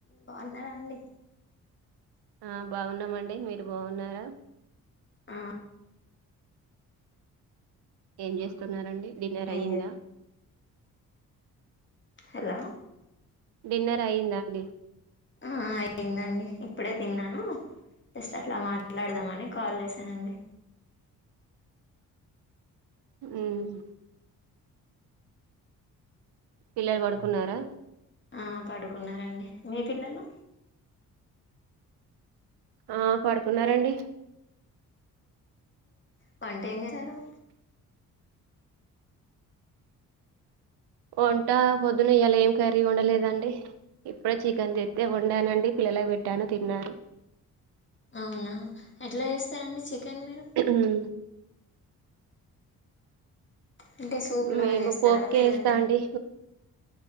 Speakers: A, on the left; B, on the right.
A: బాగున్నడా అండి
B: ఆ బాగున్నామండి మీరు బాగున్నారా
A: ఆ
B: ఏం చేస్తున్నారండి డిన్నర్
A: ఏం
B: అయ్యంద
A: చే హలో
B: డిన్నర్ అయ్యందా అండి
A: ఆ అయ్యిందండి ఇప్పుడే తిన్నాను జస్ట్ అట్లా మాట్లాడదామని కాల్ చేశానండి
B: హ్మ్ పిల్లలు పడుకున్నారా
A: ఆ పడుకున్నారండి మీ పిల్లలు
B: ఆ పడుకున్నారండి
A: వంట ఏం తరు
B: వంట పొద్దున ఇ్యలా ఏం కర్రీ వండలేదండి ఇప్పుడ చికెన్ తెద్దే ఉండానండి పిల్లలకి పెట్టను తిన్నారు
A: అవునా ఎట్లా చేస్తారండి చి కాన్ మీరు
B: మ్మ్.
A: అంటే సూప్ లాగా
B: మేము
A: చేస్తారా
B: పోపుకే
A: లేదంటే
B: వేస్తా అండి